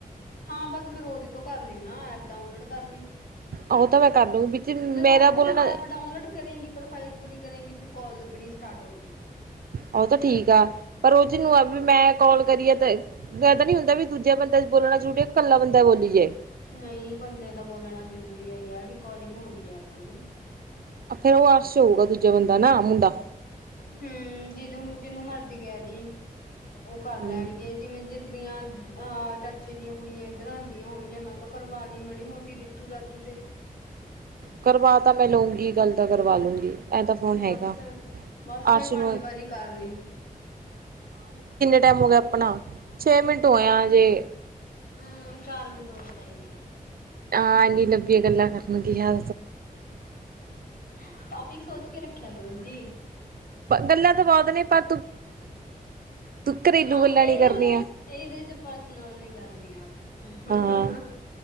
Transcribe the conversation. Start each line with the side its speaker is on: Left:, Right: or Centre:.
Left: ਹਾਂ ਬਸ ਫਿਰ ਉਹਦੇ ਤੋਂ ਕਰ ਲਈ ਨਾ ਐਪ ਡਾਊਨਲੋਡ ਕਰਨ
Right: ਉਹ ਤਾਂ ਮੈਂ ਕਰ ਲੂੰਗੀ ਵਿੱਚ
Left: ਜਦੋਂ
Right: ਮੇਰਾ
Left: ਤੂੰ
Right: ਬੋਲਣਾ
Left: ਐਪ ਡਾਊਨਲੋਡ ਕਰੇਗੀ ਪ੍ਰੋਫਾਈਲ ਪੂਰੀ ਕਰੇਗੀ ਤੇਰੀ ਕੋਲ ਲੱਗਣੀ ਸਟਾਰਟ ਹੋ ਜੀ
Right: ਉਹ ਤਾਂ ਠੀਕ ਆ ਪਰ ਉਹ ਚ ਨੂੰ ਆ ਵੀ ਮੈਂ ਕਾਲ ਕਰੀਏ ਤੇ ਮੈਂ ਤਾਂ ਨੀ ਹੁੰਦਾ ਵੀ ਦੂਜੇ ਬੰਦੇ ਬੋਲਣਾ ਜ਼ਰੂਰੀ ਹੈ ਇਕੱਲਾ ਬੰਦਾ ਬੋਲੀ ਜਾਏ
Left: ਨਹੀਂ ਬੰਦੇ ਦਾ ਬੋਲਣਾ ਜਰੂਰੀ ਹੈ ਯਾਰ ਰਿਕੋਡਿੰਗ ਹੋ ਰਹੀ ਹੈ ਆਪਣੀ
Right: ਫੇਰ ਉਹ ਰਸ਼ ਹੋਊਗਾ ਦੂਜਾ ਬੰਦਾ ਨਾ ਮੁੰਡਾ
Left: ਹੰ ਜਿਹਦੂੰ-ਜਿਹਨੂੰ ਮਰਜ਼ੀ ਕਹਿ ਦੀਂ ਉਹ ਕਰ
Right: ਹੂੰ
Left: ਲੈਣਗੇ ਜਿਵੇਂ ਜੇ ਤੇਰੀਆਂ ਆਹ ਚਾਚੇ ਦੀਆਂ ਕੁੜੀਆਂ ਇੱਧਰ ਆਉਂਦੀਆਂ ਹੋਣਗੀਆਂ ਓਹਨਾਂ ਤੋਂ ਕਰਵਾ ਲਈਂ ਮਾੜੀ-ਮੋਟੀ ਰੀਤੂ-ਰਾਤੂ ਤੇ।
Right: ਕਰਵਾ ਤਾਂ ਮੈਂ ਲਊਂਗੀ ਗੱਲ। ਪਤਾ ਕਰਵਾ ਲੂੰਗੀ। ਐਂ ਤਾਂ ਫੋਨ ਹੈਗਾ
Left: ਬਸ ਫਿਰ, ਬਸ ਫਿਰ
Right: ਅਰਸ਼ ਨੂੰ
Left: ਪੰਜ ਵਾਰੀ ਕਰ ਲਈਂ।
Right: ਟਾਇਮ ਹੋ ਗਿਆ ਆਪਣਾ, ਛੇ ਮਿੰਟ ਹੋਇਆ ਅਜੇ।
Left: ਹੂੰ ਚਾਰ ਮਿੰਟ ਹੋਰ ਚਾਹੀਦੇ ਆ।
Right: ਹਾਂਜੀ ਨਵੀਆਂ ਗੱਲਾਂ ਕਰਨਗੀਆਂ
Left: <inaudible> ਠੀਕ ਸੋਚ ਕੇ ਰੱਖਿਆ ਕਰੋ ਜੀ।
Right: ਗੱਲਾਂ ਤਾਂ ਬਹੁਤ ਨੇ ਪਰ ਤੂੰ ਘਰੇਲੂ
Left: ਹਾਂ
Right: ਗੱਲਾਂ
Left: ਇਹਦੇ
Right: ਨੀ ਕਰਨੀਆਂ
Left: ਚ, ਇਹਦੇ ਚ ਪਰਸਨਲ ਨੀਂ ਕਰਨੀਆਂ ਆਪਣੀਆਂ
Right: ਹਾਂ